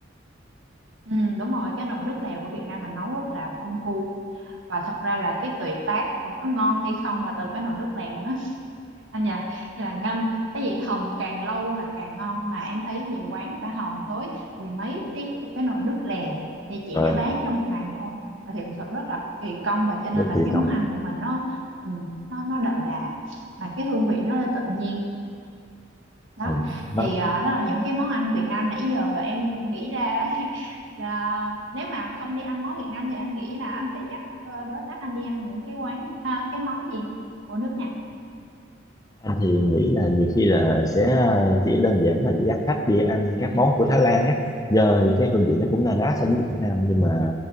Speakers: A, on the right; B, on the left.
A: ừ, đúng rồi cái nồi nước lèo của Việt Nam mình nấu rất là công phu và thật ra là cái tuyệt tác mà có ngon hay không là từ cái nồi nước lèo đó anh nhỉ như là ngâm cái gì hầm càng lâu là càng ngon mà em thấy nhiều quán người ta hầm tới mười mấy tiếng một cái nồi nước lèo thì chỉ
B: rồi
A: để bán trong một ngày thôi và thì thực sự rất là kỳ công và cho nên
B: rất
A: là
B: tùy
A: cái
B: trong
A: món ăn của mình nó ừ, nó nó đậm đà và cái hương vị nó lên tự nhiên đó
B: ừ. nó
A: thì à, đó là những cái món ăn Việt Nam nãy giờ em cũng nghĩ ra <laughs> là nếu mà không đi ăn món Việt Nam thì anh nghĩ là anh sẽ dắt ờ, đối tác anh đi ăn những cái quán à, cái món gì của nước nào
B: anh thì nghĩ là nhiều khi là sẽ ờ, chỉ đơn giản là dắt khách đi ăn các món của Thái Lan á giờ cái hương vị nó cũng na ná so với Việt Nam nhưng mà